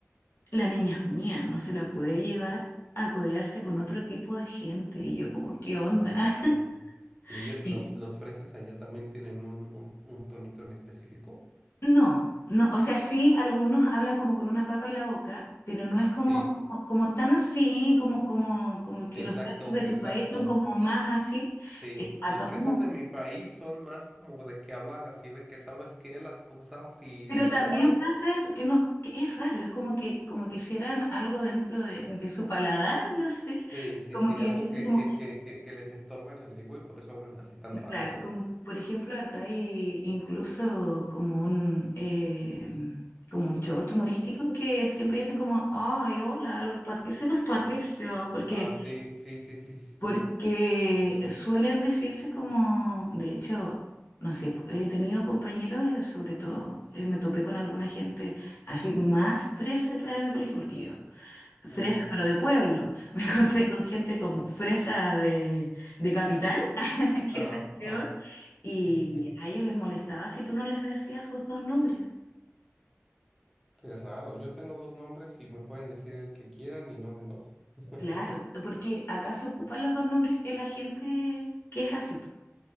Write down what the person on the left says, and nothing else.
la niña es mía, no se la puede llevar a codearse con otro tipo de gente. Y yo como, ¿qué onda?
<laughs>
Y
no, no, o sea, sí, algunos hablan como con una papa en la boca, pero no es como,
como, como tan así, como, como, como que
los frases de tu
país son como más así.
Eh, acá
como
Pero también
pasa eso, que no, que es raro, es como que, como que hicieran algo dentro de, de su paladar, no sé.
Como
que
dicen
como,
claro,
como por ejemplo acá hay incluso como un eh, como un short humorístico que siempre dicen como, ay, hola, Luis Patricio, Luis Patricio, porque
Porque suelen decirse como, de hecho, no sé, po- he tenido compañeros, eh, sobre todo, eh, me topé con alguna gente así más fresa que la de mi colegio, porque yo, fresa
pero de pueblo, <laughs> me encontré con gente como fresa de, de capital, <laughs> que
esa es
peor, y
a ellos les molestaba si tú no les decías sus dos nombres.
Claro, porque acá se ocupan los dos nombres que la gente que es así.